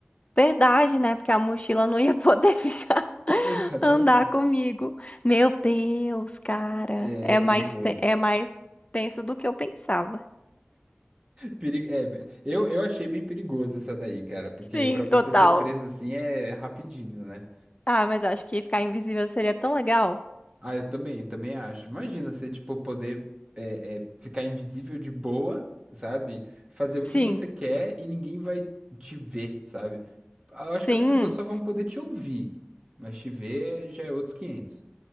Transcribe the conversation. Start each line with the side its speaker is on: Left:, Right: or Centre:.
Left: Verdade, né? Porque a mochila não ia poder <laughs> ficar
Right: <laughs> Exatamente.
Left: andar comigo. Meu Deus, cara,
Right: É,
Left: é
Right: é perigoso.
Left: mais te- é mais tenso do que eu pensava.
Right: Peri- é, eu, eu achei bem perigoso essa daí, cara, porque
Left: Sim,
Right: pra você
Left: total.
Right: ser preso assim é, é rapidinho, né?
Left: Ah, mas eu acho que ficar invisível seria tão legal.
Right: Ah, eu também, também acho. Imagina você, tipo, poder é, é, ficar invisível de boa, sabe? Fazer o
Left: Sim,
Right: que você quer e ninguém vai te ver, sabe? Eu acho
Left: sim.
Right: que as pessoas só vão poder te ouvir, mas te ver já é outros 500.